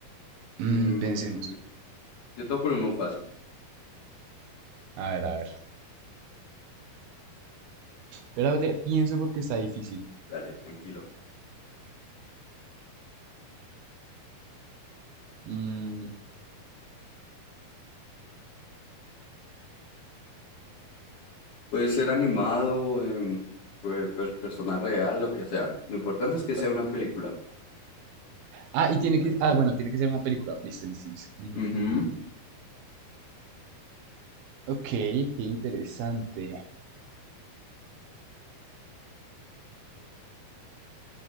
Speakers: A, on the left (about 60°); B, on the right (about 85°).
A: Mm,
B: Mm, pensemos.
A: yo te voy a poner uno fácil.
B: A ver, a ver. Pero de- pienso porque está difícil.
A: Dale, tranquilo.
B: Mm,
A: Puede ser animado, em, puede, ser persona real, lo que sea. Lo importante es que sea
B: ok.
A: una película,
B: Ah, y tiene
A: cualquiera.
B: que... Ah, bueno, tiene que ser una película. Listo, listo, listo. Mm,
A: Ujú.
B: ok, qué interesante.